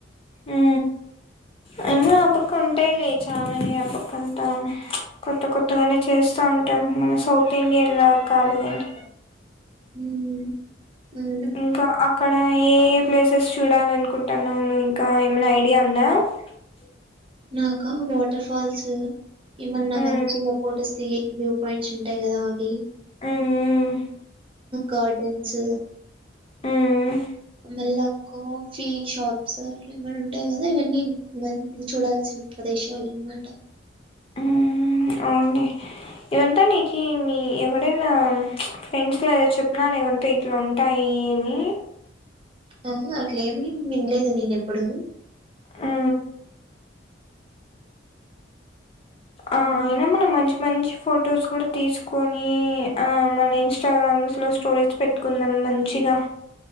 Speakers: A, on the left; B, on the right.
A: ఆ అయినా ఆ పక్క ఉంటాయిలే చాననే ఆ పక్కంతా కొత్త కొత్తగానే చేస్తా ఉంటారు మన సౌత్ ఇండియన్ లా కాదు కాని
B: మ్మ్. అవును
A: ఇంకా అక్కడ ఏ ఏ ప్లేసెస్ చూడాల అనుకుంటున్నావు నువవు ఇంకా ఏమైనా ఐడియా అందా చె
B: నాకా వాటర్ ఫాల్స్ ఏమన్నా
A: మ్మ్
B: మంచిగా ఫొటోస్ దిగ వ్యూ పాయింట్స్ ఉంట ట్ట కదా అవి
A: మ్మ్
B: గార్డెన్స్
A: ఉమ్
B: మళ్ళా కాఫీ షాప్స్ అలా ఏమనా ఉంటాయి కదా ఇవన్నీ మ చూడాల్సిన ప్రదేశాలేట
A: ఉ అవుడి ఇవంతా నీకు మీ ఎవరైనా ఫ్రెండ్స్లో చెప్న ఏమంతా ఇట్లా ఉంటాయి అని
B: ఆ అట్లే ఏమి వినలేదు నేను ఎప్పుడు
A: ఆ ఆ
B: హ్మ్.
A: అయినా మనం మంచి మంచి ఫొటోస్ కూడా తీసుకొని ఆ మన ఇంస్టాగ్రామ్స్ లో స్టోరీస్ పెట్టుకుందాం మంచిగా